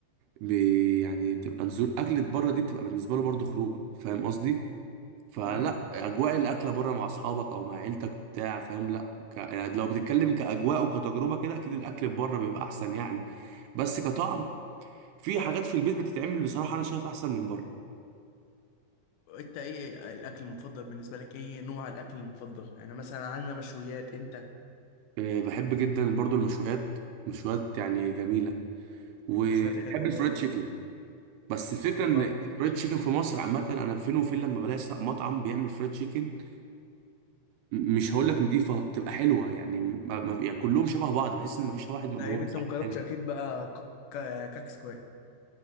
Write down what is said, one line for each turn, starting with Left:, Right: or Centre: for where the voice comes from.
Right: بي يعني تبقى نزول اكلة بره دي بتبقى بالنسبه له برضه خروجه فاهم قصدي فلا
Left: امم
Right: اجواء الاكله بره مع اصحابك او مع عيلتك وبتاع فاهم لا ك... يعني لو بتتكلم كاجواء وكتجربه كده اكيد الاكل بره بيبقى احسن يعني بس كطعم في حاجات في البيت بتتعمل بصراحه انا شايف احسن من بره
Left: انت ايه الاكل المفضل بالنسبه لك ايه نوع الاكل المفضل انا مثلا عندنا مشويات انت
Right: أه، بحب جدا برضه المشويات مشويات يعني جميله وبحب
Left: مشويات حلوه
Right: الفرايد
Left: اه
Right: تشيكن بس الفكره ان
Left: بقى
Right: الفرايد
Left: أنت فود تشيكن
Right: تشيكن في مصر عامه انا فين وفين لما بلاقي س- مطعم بيعمل فرايد تشيكن م- مش هقول لك نضيفه تبقى حلوه يعني ما ما- يعني كلهم شبه بعض بحس ان مفيش واحد مميز
Left: لا يبقى انت
Right: عن
Left: ما جربتش
Right: التاني
Left: اكيد بقى كك- كاك سكوات